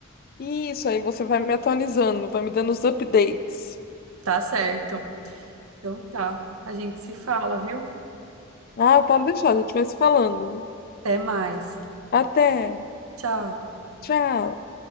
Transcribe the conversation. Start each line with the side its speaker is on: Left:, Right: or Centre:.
Left: Isso, aí você vai me atualizando, vai me dando os updates.
Right: Tá certo. Então tá. A gente se fala, viu?
Left: Ah, pode deixar, a gente vai se falando.
Right: Até mais.
Left: Até.
Right: Tchau.
Left: Tchau.